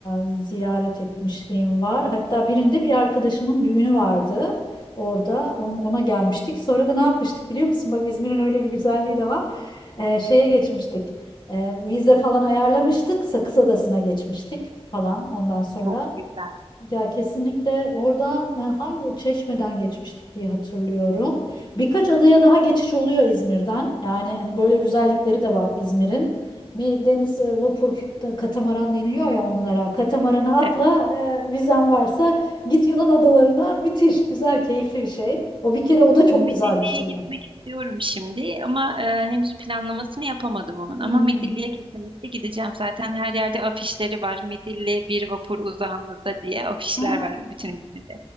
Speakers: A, on the left (about 45°); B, on the right (about 55°).
A: e, ziyaret etmişliğim var. Hatta birinde bir arkadaşımın düğünü vardı orada. On- ona gelmiştik. Sonra da ne yapmıştık biliyor musun? Bak İzmir'in öyle bir güzelliği de var. E, şeye geçmiştik. E, vize falan ayarlamıştık. Sakız Adası'na geçmiştik falan ondan sonra.
B: Çok güzel.
A: Ya kesinlikle oradan e, hangi Çeşme'den geçmiştik diye hatırlıyorum. Birkaç adaya daha geçiş oluyor İzmir'den. Yani hani böyle güzellikleri de var İzmir'in. Bir deniz e, vapur da katamaran deniyor ya onlara. Katamarana atla
B: Evet.
A: e, vizen varsa git Yunan adalarına müthiş güzel keyifli bir şey. O bir kere o da çok
B: Midilli'ye
A: güzel bir şey
B: gitmek
A: ben.
B: istiyorum şimdi ama e, henüz planlamasını yapamadım onun.
A: Hmm.
B: Ama Midilli'ye kesinlikle gideceğim. Zaten her yerde afişleri var. Midilli bir vapur uzağınızda diye afişler
A: Ha.
B: var bütün İzmir'de.